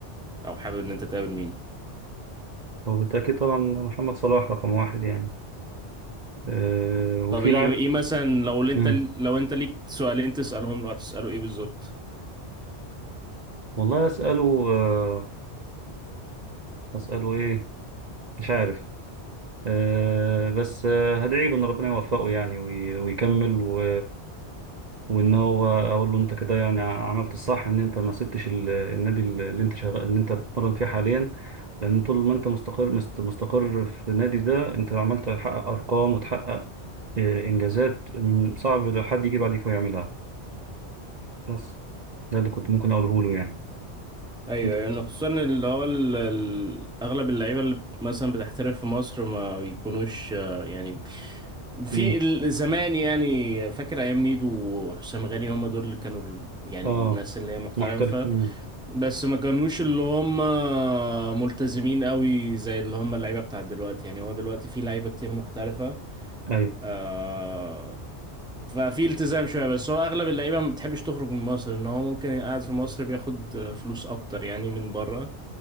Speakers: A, in the centre; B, on the right.
A: او حابب ان انت تقابل مين
B: هو بالتأكيد طبعا محمد صلاح رقم واحد يعني أه وفي
A: طب ايه
B: لعب
A: ايه مثلا لو انت
B: مم.
A: لو انت ليك سؤالين تسألهم له هتسأله ايه بالظبط
B: والله أسأله أه أسأله إيه مش عارف أه بس أه هدعي له إن ربنا يوفقه يعني وي- ويكمل و... وإن هو أقول له أنت كده يعني عملت الصح إن أنت ما سبتش ال- النادي اللي أنت شغال اللي أنت بتتمرن فيه حاليا لأن طول ما أنت مستقر مست- مستقر في النادي ده أنت عمال تحقق أرقام وتحقق آه، إنجازات م- صعب لو حد يجي بعدك ويعملها بس ده اللي كنت ممكن أقوله له يعني
A: ايوه
B: أنت
A: يعني خصوصا اللي هو ال- ال- اغلب اللعيبه اللي مثلا بتحترف في مصر ما بيكونوش آه، يعني في
B: مم.
A: ال- زمان يعني فاكر ايام ميدو وحسام غالي هم دول اللي كانوا ال- يعني
B: آه
A: الناس اللي هي محترفه
B: محترف مم.
A: بس ما كانوش اللي هم ملتزمين قوي زي اللي هم اللعيبه بتاعت دلوقتي يعني هو دلوقتي في لعيبه كتير محترفه
B: أيوة
A: آه ففي التزام شويه بس هو اغلب اللعيبه ما بتحبش تخرج من مصر ان هو ممكن قاعد في مصر بياخد فلوس اكتر يعني من بره